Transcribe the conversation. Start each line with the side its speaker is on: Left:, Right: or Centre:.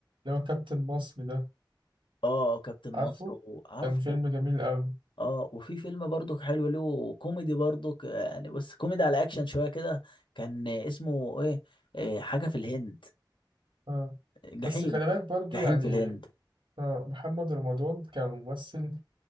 Right: اللي هو كابتن مصر ده
Left: اه كابتن مصر
Right: عارفه؟
Left: وعارفه
Right: كان فيلم جميل أوي
Left: اه وفي فيلم برضو حلو له كوميدي برضو ك- يعني بس كوميدي على اكشن شويه كده كان اسمه ايه, إيه حاجه في الهند
Right: أه
Left: جحيم
Right: بس خلي بالك برضو
Left: جحيم
Right: يعني
Left: في الهند
Right: آه، محمد رمضان كممثل